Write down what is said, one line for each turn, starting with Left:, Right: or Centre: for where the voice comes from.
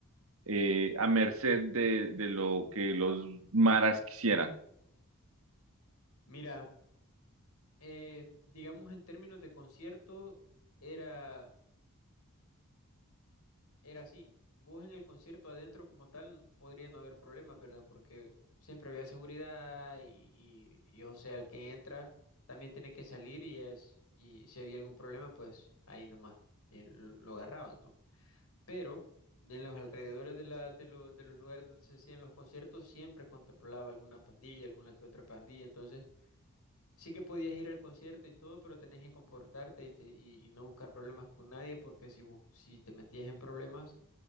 Right: eh, a merced de, de lo que los maras quisieran.
Left: Mira, eh, digamos en términos de concierto, era, era así. Vos en el concierto adentro como tal podría no haber problemas, ¿verdad? Porque siempre había seguridad y, y, y, o sea, el que entra también tiene que salir y es, y si había algún problema, pues ahí nomás eh, lo lo agarraban, ¿no? pero en los alrededores de, la, de, lo- de los lugares donde se hacían los conciertos siempre controlaba alguna pandilla, alguna que otra pandilla, entonces sí que podías ir al concierto y todo, pero tenías que comportarte y, te- y- y no buscar problemas con nadie, porque si, bu- si te metías en problemas,